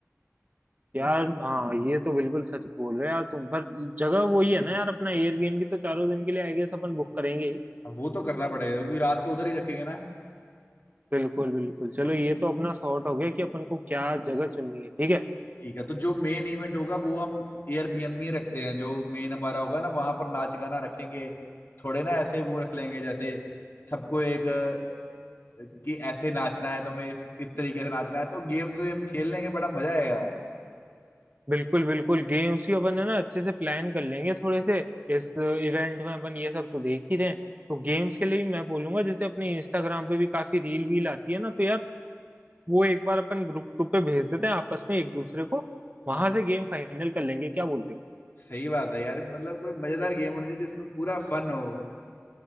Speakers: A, on the right (about 35°); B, on the left (about 50°).
A: यार हाँ ये तो बिल्कुल सच बोल रहे हो यार तुम पर जगह वही है ना यार अपना एयरबीएनबी तो चारों दिन के लिए आई गेस अपन बुक करेंगे ही।
B: वो तो करना पड़ेगा क्योंकि रात तो उधर ही रखेंगे ना
A: बिल्कुल बिल्कुल चलो
B: तो
A: ये तो अपना सॉर्ट हो गया कि अपन को क्या जगह चुननी है ठीक है
B: ठीक है तो जो मेन इवेंट होगा वो हम एयरबीएनबी में रखते हैं जो मेन हमारा होगा ना वहां पर नाच गाना रखेंगे थोड़े ना ऐसे वो रख लेंगे जैसे सबको एक अ, कि ऐसे नाचना है तुम्हें इस, इस तरीके से नाचना है तो गेम्स वेम खेल लेंगे बड़ा मजा आएगा
A: बिल्कुल बिल्कुल गेम्स ही अपन है ना अच्छे से प्लान कर लेंगे थोड़े से इस इवेंट में अपन ये सब तो देख ही रहे हैं तो गेम्स के लिए भी मैं बोलूंगा जैसे अपने इंस्टाग्राम पे भी काफी रील वील आती है ना तो यार वो एक बार अपन ग्रुप ग्रुप पे भेज देते हैं आपस में एक दूसरे को वहां
B: हाँ
A: से गेम फाइनल कर लेंगे क्या बोलते हो
B: सही बात है यार मतलब कोई मजेदार गेम होनी चाहिए जिसमें पूरा फन हो